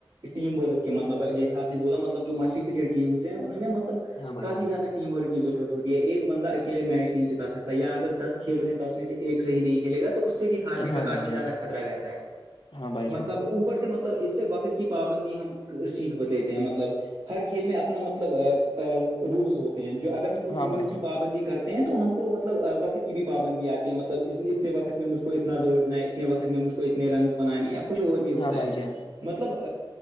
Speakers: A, on the right; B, on the left.
A: ٹیم ورک کے مطلب جیسا آپ نے بولا مطلب جو ملٹی پلیئر گیمز ہیں ان میں مطلب
B: ہاں بھائی
A: کافی
B: جان
A: زیادہ ٹیم ورک کی ضرورت ہوتی ہے ایک بندہ اکیلے میچ نہیں جتا سکتا یا اگر دس کھیل رہے ہیں دس میں سے ایک ص ہی نہیں کھیل گا تو اس سے بھی ہارنے کا
B: ہاں بھائی
A: کافی
B: جان
A: زیادہ خطرہ رہتا ہے
B: ہاں بھائی جان
A: مطلب اوپر سے مطلب مطلب اس سے وقت کی پابندی ہم سیکھ لیتے ہیں مطلب ہر کھیل میں اپنا مطلب رولز ہوتے ہیں جو اگر ہم ان
B: ہاں
A: رولز
B: بھائی جان
A: کی پابندی کرتے ہیں تو ہم کو مطلب وقت کی بھی پابندی آتی ہے مطلب اتنے وقت میں مجھ کو اتنا دوڑنا ہے اتنے وقت میں مجھ کو کو اتنے رنز بنانے یا کچھ اور بھی ہوتا
B: ہاں بھائی
A: ہے
B: جان
A: مطلب